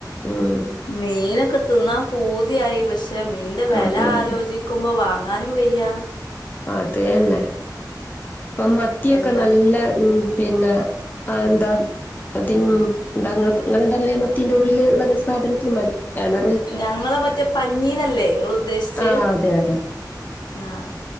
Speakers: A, on the left; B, on the left.
A: ഉം
B: മീനൊക്കെ തിന്നാ പൂതിയായി പക്ഷെ മീന്റെ വെല
A: അത് തന്നെ
B: ആലോചി. ക്കുമ്പോ വാങ്ങാനും വയ്യ.
A: ആഹാ അതന്നെ, ഇപ്പ മത്തിയൊക്കെ
B: എന്താ
A: നല്ല. ഉം പിന്നെ അന്താ അതിനു എന്താങ്ങള് പ ഇങ്ങള് എന്താ പറയാ മത്തി സ്കൂളില് ളള പുസ്തത്തിന് ചിന് കിണറ്
B: ഞങ്ങള് മറ്റേ പഞ്ഞീനല്ലേ നിങ്ങള് ഉദ്ദേശിച്ച്?
A: ആ അതെ അതെ
B: ആഹ്